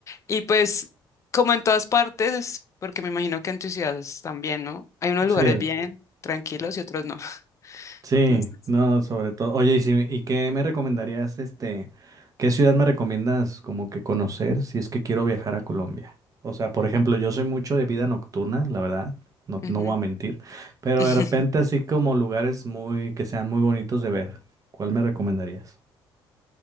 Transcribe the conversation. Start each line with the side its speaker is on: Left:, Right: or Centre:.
Left: Y pues, como en todas partes, porque me imagino que en tus ciudades también, ¿no? Hay unos
Right: sí,
Left: lugares bien
Right: sí.
Left: tranquilos y otros no. <laughs>
Right: Sí,
Left: Entonces,
Right: no, sobre todo. Oye, ¿y, si, y qué me recomendarías, este, qué ciudad me recomiendas como que conocer si es que quiero viajar a Colombia? O sea, por ejemplo, yo soy mucho de vida nocturna, la verdad, no,
Left: ujú.
Right: no voy a mentir, pero
Left: <laughs>
Right: de repente así como lugares muy, que sean muy bonitos de ver, ¿cuál me recomendarías?